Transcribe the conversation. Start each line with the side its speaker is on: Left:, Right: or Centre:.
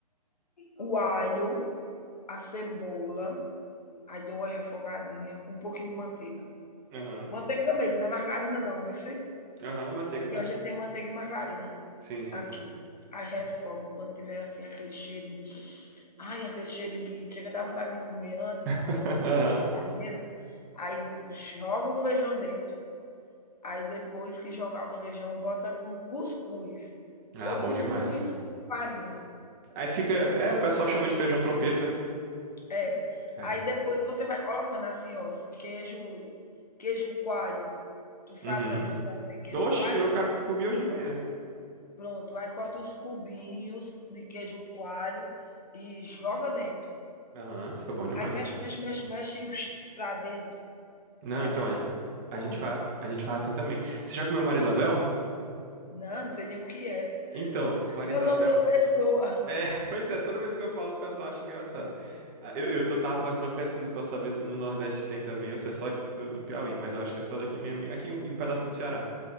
Left: O alho, a cebola, aí dou uma refogadinha com um pouquinho de manteiga.
Right: aham,
Left: Manteiga mesmo, não é margarina não, viu?
Right: aham, manteiga
Left: Porque
Right: mesmo.
Left: a gente tem manteiga e margarina.
Right: Sim, sim.
Left: Aqui. Aí refoga quando tiver assim aquele cheirinho. Ai, aquele cheirinho que chega a dar vontade de comer antes do
Right: <laughs>
Left: tempo da mesa. Aí joga o feijão dentro. Aí depois que jogar o feijão, bota com cuscuz.
Right: Ah,
Left: Ou
Right: bom
Left: cuscuz,
Right: demais.
Left: farinha.
Right: Aí fica. É, o pessoal chama de feijão tropeiro, né?
Left: É.
Right: É.
Left: Aí depois você vai colocando assim, ó, queijo, queijo coalho. Tu sabe,
Right: Uhum.
Left: na tua terra tem queijo
Right: Oxe,
Left: coalho?
Right: eu ca- comi hoje de manhã.
Left: Pronto. Aí corta os cubinhos de queijo coalho e joga dentro.
Right: Aham, fica bom demais.
Left: Aí mexe, mexe, mexe, mexe <sniffs> para dentro,
Right: Não,
Left: para
Right: então,
Left: dentro,
Right: a, a
Left: come.
Right: gente fa, a gente faz assim também. Você já comeu Marisabel?
Left: Não, não sei nem o que é.
Right: Então, Marisabel.
Left: É o nome da pessoa.
Right: É, <laughs> pois é, toda vez que eu falo, o pessoal acha engraçado. Ah, Eu, eu tô- tava fazendo a pesquisa pra saber se no Nordeste tem também, ou se é só aqui do, do Piauí, mas eu acho que é só daqui mesmo, e aqui um- e um pedacinho do Ceará.